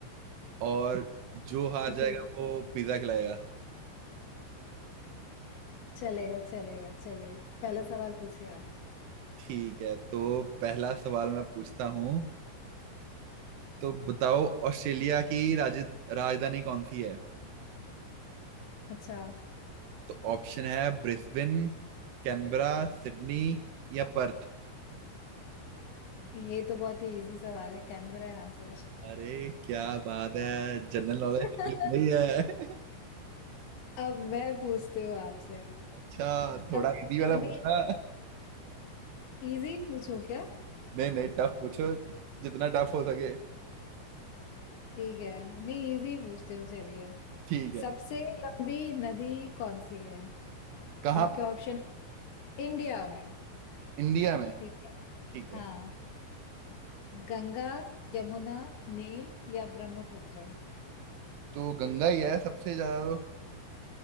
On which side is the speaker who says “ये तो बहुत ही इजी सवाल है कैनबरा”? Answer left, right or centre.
Left